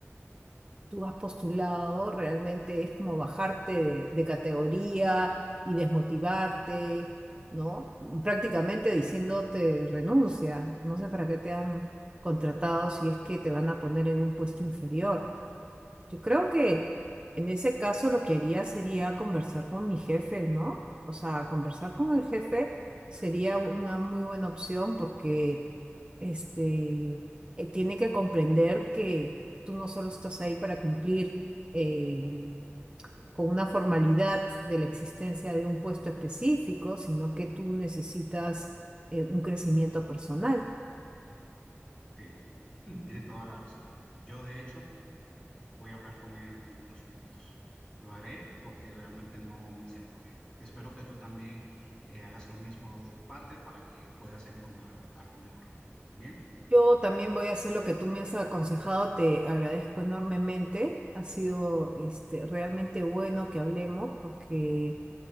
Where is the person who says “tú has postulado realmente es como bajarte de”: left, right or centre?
Right